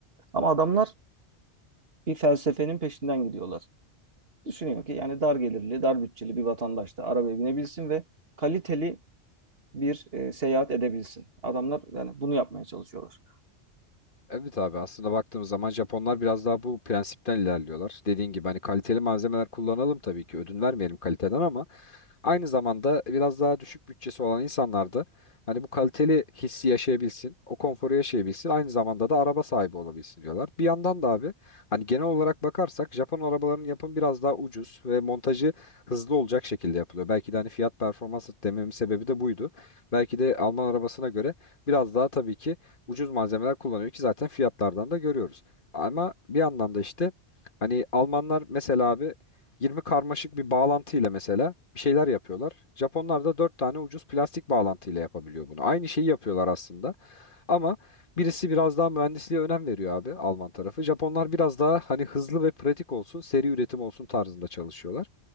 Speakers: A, on the right; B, on the left.
A: Ama adamlar bir felsefenin peşinden gidiyorlar. Düşünüyor ki yani dar gelirli, dar bütçeli bir vatandaş da arabaya binebilsin ve kaliteli bir e, seyahat edebilsin. Adamlar yani bunu yapmaya çalışıyorlar.
B: Evet abi aslında baktığımız zaman Japonlar biraz daha bu prensipten ilerliyorlar. Dediğin gibi hani kaliteli malzemeler kullanalım tabii ki ödün vermeyelim kaliteden ama aynı zamanda biraz daha düşük bütçesi olan insanlar da hani bu kaliteli hissi yaşayabilsin, o konforu yaşayabilsin, aynı zamanda da araba sahibi olabilsin diyorlar. Bir yandan da abi hani genel olarak bakarsak Japon arabalarının yapımı biraz daha ucuz ve montajı hızlı olacak şekilde yapılıyor. Belki de hani fiyat performans dememin sebebi de buydu. Belki de Alman arabasına göre biraz daha tabii ki ucuz malzemeler kullanıyor ki zaten fiyatlardan da görüyoruz. Ama bir yandan da işte hani Almanlar mesela abi 20 karmaşık bir bağlantıyla mesela bir şeyler yapıyorlar. Japonlar da 4 tane ucuz plastik bağlantıyla yapabiliyor bunu. Aynı şeyi yapıyorlar aslında. Ama birisi biraz daha mühendisliğe önem veriyor abi Alman tarafı. Japonlar biraz daha hani hızlı ve pratik olsun, seri üretim olsun tarzında çalışıyorlar.